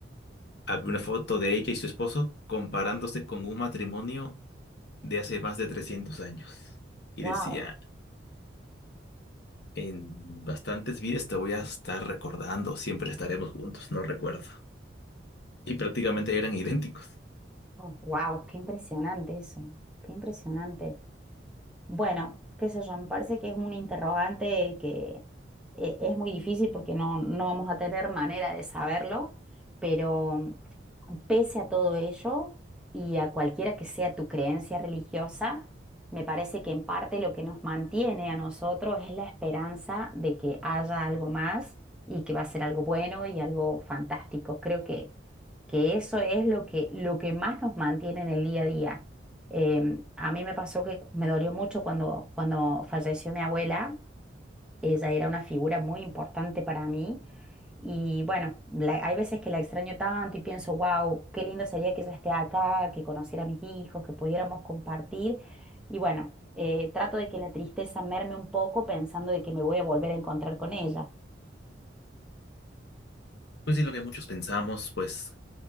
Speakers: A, on the left (about 55°); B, in the centre.
A: Había una foto de ella y su esposo comparándose con un matrimonio de hace más de 300 años. Y
B: Wow,
A: decía, en bastantes vidas te voy a estar recordando, siempre estaremos juntos, no recuerdo. Y prácticamente eran idénticos.
B: wow, qué impresionante eso, qué impresionante. Bueno, qué sé yo, me parece que es un interrogante que eh, es muy difícil porque no, no vamos a tener manera de saberlo, pero pese a todo ello y a cualquiera que sea tu creencia religiosa, me parece que en parte lo que nos mantiene a nosotros es la esperanza de que haya algo más y que va a ser algo bueno y algo fantástico. Creo que, que eso es lo que, lo que más nos mantiene en el día a día. Em, a mí me pasó que me dolió mucho cuando, cuando falleció mi abuela. Ella era una figura muy importante para mí. Y bueno, la- hay veces que la extraño tanto y pienso, wow, qué lindo sería que ella esté acá, que conociera a mis hijos, que pudiéramos compartir. Y bueno, eh, trato de que la tristeza merme un poco pensando de que me voy a volver a encontrar con ella.
A: Pues sí, lo que muchos pensamos, pues